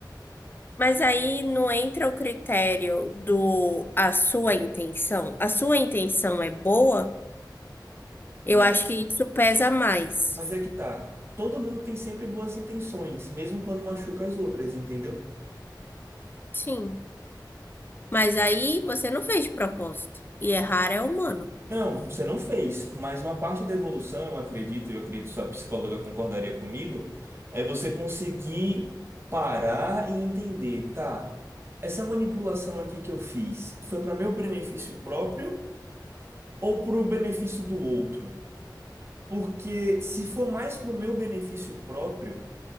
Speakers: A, on the left; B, on the right.
A: Mas aí não entra o critério do a sua intenção. A sua intenção é boa? Eu
B: Mas,
A: acho que isso pesa mais.
B: mas é que tá. Todo mundo tem sempre boas intenções, mesmo quando machuca as outras, entendeu?
A: Sim. Mas aí você não fez de propósito. E errar é humano.
B: Não, você não fez, mas uma parte da evolução, eu acredito, e eu acredito que sua psicóloga concordaria comigo, é você conseguir parar e entender, tá, essa manipulação aqui que eu fiz foi para meu benefício próprio ou para o benefício do outro? Porque se for mais para o meu benefício próprio,